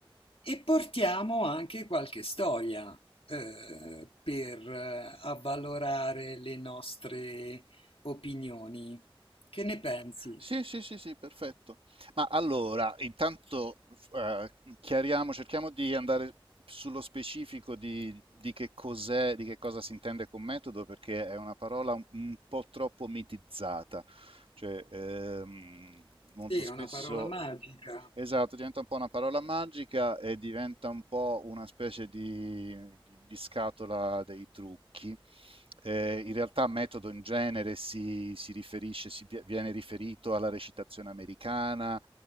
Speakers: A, on the left; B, on the right.
A: e portiamo anche qualche storia eh, per eh, avvalorare le nostre opinioni. Che ne pensi?
B: sì, sì, sì, sì, perfetto. Ma allora, intanto eh, chiariamo, cerchiamo di andare sullo specifico di, di che cos'è, di che cosa si intende con metodo, perché è una parola un, un po' troppo mitizzata. Cioè, ehm, molto
A: Sì, è
B: spesso...
A: una parola magica.
B: Esatto, diventa un po' una parola magica e diventa un po' una specie di, di- di scatola dei trucchi. eh, in realtà metodo in genere si, si riferisce, si viene riferito alla recitazione americana,